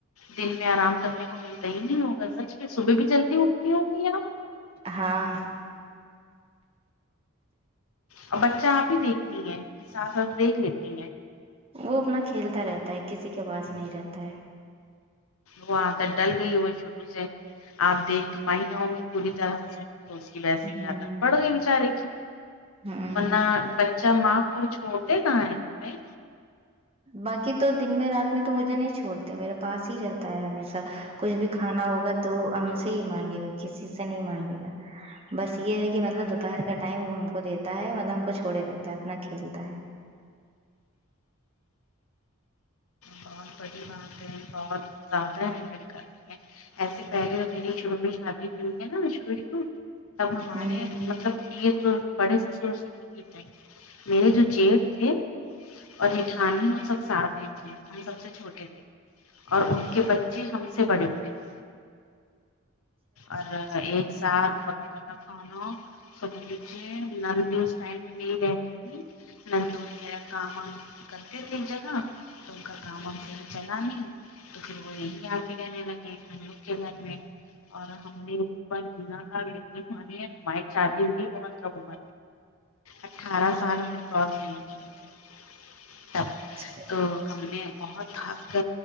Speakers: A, on the left (about 75°); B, on the right (about 30°).
A: دن میں آرام کرنے کو ملتا ہی نہیں ہوگا سچ میں صبح بھی جلدی اٹھتی ہوں گی آپ
B: ہاں
A: اور بچہ آپ ہی دیکھتی ہیں کہ ساس واس دیکھ لیتی ہیں
B: وہ اپنا کھیلتا رہتا ہے کسی کے پاس نہیں رہتا ہے
A: وہ عادت ڈل گئی ہو شروع سے آپ دیکھ تو پیں نہ ہو گی پوری طرح تو اس کی ویسے ہی
B: ہاں
A: عادت پڑ گئی بچارے کی
B: ہاں
A: نک اچھا ماں وہ چھوتے کہ بائی
B: باقی تو دن میں رات میں تو مجھے نہیں چوڑتے میرے پاس ہی رہتا ہے ہمیشہ کچھ بھی کھانا ہوگا تو ہم سے ہی مانگے گا کسی سے نہیں مانگے گا بس یہ ہے کہ مطلب دوپہر کا ٹائم وہ ہم کو دیتا ہے مطلب ہم کو چھوڑے رہتا ہے اپنا کھیلتا ہے
A: بہت بڑی بات ہے بہت زیادہ ہینڈل کر رہے ہیں ایسے پہلے میے شروع میں شادی ہوئی ہے نا شروع شروع تب ہمارے
B: ہ
A: مطلب یہ تو بڑے سصیہ سسو کین ہے میرے جو جیٹ تھے اور جیٹھان سب ساتھ میں تھے ہم سب سے چھوٹے تھے اور ان کے بچے ہم سے بڑے بڑے تھے اور ایک ساتھ پکانا کھانا سب بچے نل بھی اس ٹائیم پہ نہیں رہتی تھی نندوریرا کام وام کرتے تھے جگہ تمک کاما پل ج نا نہیں تو پھر وہ یہی آ کے رہنے لگے ہم لوگ کے گھر میں اور ہم نے اوپر گنا تھا اتنی کھانے ہماری شادی ہو بھی بہت کم ہم اٹھارہ سال ہم نے کراس نہیں کرتے تب
B: ج
A: تو ہم نے بہت ہاک گ